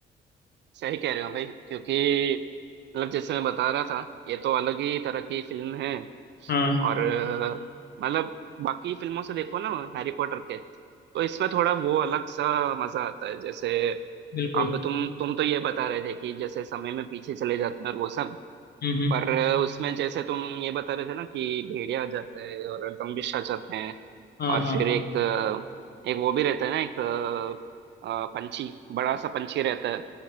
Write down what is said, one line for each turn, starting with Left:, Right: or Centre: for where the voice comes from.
Right: सही कह रहे हो भाई क्योंकि मतलब जैसे मैं बता रहा था ये तो अलग ही तरह की फिल्म है
Left: हाँ
Right: और अ, मतलब बाकी फिल्मों से देखो ना हैरी पॉटर के तो इसमें थोड़ा वो अलग सा मजा आता है जैसे
Left: बिल्कुल
Right: अब तुम तुम तो ये बता रहे थे कि जैसे समय में पीछे चले जाते हैं और वो सब
Left: हम्म हम्म
Right: पर उसमें जैसे तुम ये बता रहे थे ना कि भेड़िया आ जाते हैं और दम्भिष आ जाते हैं
Left: हाँ
Right: और
Left: हाँ
Right: फिर एक अ, एक वो भी रहता है ना एक अ, अ, पंछी बड़ा सा पंछी रहता है